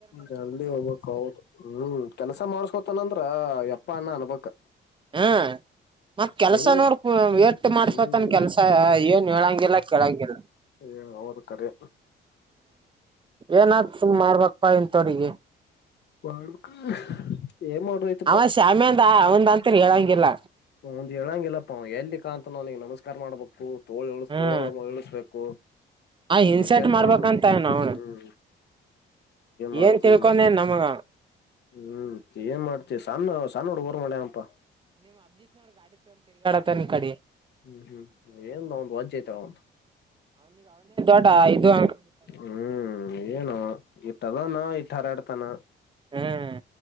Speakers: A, on the left; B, on the right.
A: ಜಲ್ಿ ಹೋಗ್ಕ್ ಹೌದು ಹ್ಮ್ ಕೆಲ್ಸ ಮಾಡ್ಸ್ಕೊತನಂದ್ರ ಎಪ್ಪ ಅಣ್ಣ ಅನ್ಬಕ್
B: ಹ್ಮ ಮತ್ ಕೆಲ್ಸನೋರ್
A: ಬೈದ
B: ವೇಟ್ ಮಾಡಸತ್ನ್
A: ಹ್ಮ್
B: ಕೆಲ್ಸ ಏನ್ ಹೇಳಂಗಿಲ್ಲ ಕೇಳಂಗಿಲ್ಲ
A: ಏ ಅವದ ಕರೆ
B: ಏನಾದ ಸು್ ಮಾಡ್ಬೇಕಕ್ಪ್ಪ ಇ ತೋರಿಗೆ
A: ಮಾಡಬೇಕ ಏನ್ ಮಾಡ್ರಯತಪ್ಪಾ
B: ಅವ ಶಾಮ್ಯಂದ ಅವಂದಂತ್ರ ಹೇಳಂಗಿಲ್ಲ
A: ಒಂದ್ ಹೇಳಂಗಿಲ್ಲಪ್ಪಾ ಎಲ್ಲಿಿಕಾ ಅಂತ ನಾವ್ನಿಗೆ ನಮಸ್ಕಾರ ಮಾಡ್ಬೇಕು ತೋಳ ಎಳ
B: ಹ್ಮ್
A: ತೋಳ ಇಳಿಸ್ಬೇಕು
B: ಆ ಹನ್ಸೆಟ್
A: ಇನ್ಶರ್ಟ್
B: ಮಾಡ್ಬೇಕಂತ
A: ಮಾಡ್ಕೊ
B: ನ ಅವಣ
A: ಹ್ಮ್ ಮಾಡ್ತಿ
B: ಏನ್ ತಿಳ್ಕೊೊಂಡೇನ್
A: ಮತ್
B: ನಮಗ
A: ಹ್ಮ್ ಏನ್ ಮಾಡ್ತಿವಿ ಸಣ್ಣ ಸಣ್ಣ ಹಡು ಊರ್ ಮಾಡ್ಯನಪ್ಪಾ
B: ನ ಕಡೆ
A: ಹ್ಮ್ ಹ್ಮ್ ಏನ್ ಒಂದು್ ವಜ್ೆ ಆಐತಾರ ಒಂದು
B: ಹದು
A: ಹ್ಮ್ -ಏನು ಇತ್ತ ತಗೋನೋ ಈತ ಹಾರಾಡ್ತಾನ
B: ಹ್ಮ್